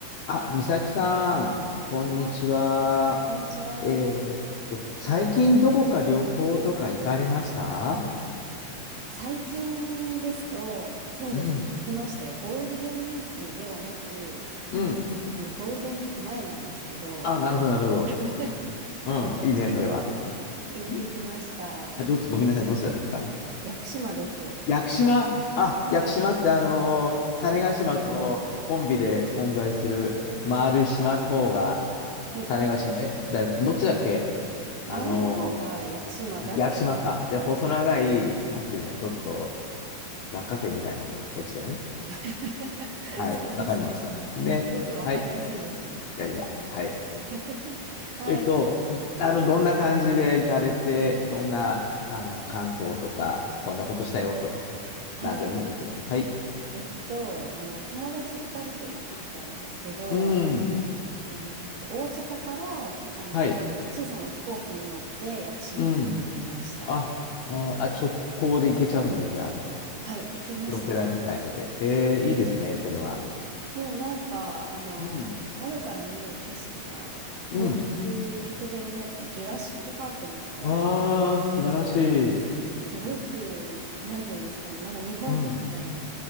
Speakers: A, on the left (about 70°); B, on the right (about 65°).
A: あ、美咲さん、こんにちは。
B: はい、こんにちは。
A: えーっと、最近どこか旅行とか行かれました
B: 最近ですと、そうですね、
A: うん。
B: 来ましたよ。ゴールデンウィークではなく、
A: うん。
B: あの、ゴールデンウィーク前なんですけど、
A: あ、なるほど、なるほど。
B: <laughs>
A: うん、
B: あの、屋久島に行ってきました。
A: いいね、それは。んあ、どっち、ごめんなさい、どちらですか
B: 屋久島です。
A: 屋久島。あ、屋久島って、あのー種子島とコンビで存在する丸い島の方が、
B: はい。
A: 種子島、え、だ、どっちだっけあの
B: 丸い方が屋久島だと思うんですけど、
A: 屋久島か。で、細長い、なんていうの、
B: はい。
A: ちょっと落花生みたいな方が、そっちだよね。
B: <laughs>
A: はい、
B: そうですね。
A: わかりました。ね。
B: すごくわかりやすいですね。
A: はい。いやいや、はい。
B: <laughs> はい。
A: えっと、
B: はい。
A: あの、どんな感じで行かれて、どんな、あの、感想とか、
B: はい。
A: こんなことしたよとか、
B: はい。
A: なんでもいいんですけど。はい。
B: えっと、あの、友達2人と行ってきたんですけど、
A: うん。
B: えっと、大阪からひ、あの、
A: はい。
B: 小さな飛行機に乗って屋久島に入りました。
A: うん。あ、あ、あ直行で行けちゃうのね、じゃあ。
B: はい、行けますね。
A: プロペラみたいので。えー、いいですね、
B: うん
A: それは。
B: もうなんか、あの、
A: うん。
B: 窓から見える景色が、到着直前になるとジュラシックパークみたいな、
A: うん。ああ、素晴らしい。
B: すごく、なんていうんですかね、なんか日本っぽくない
A: うん。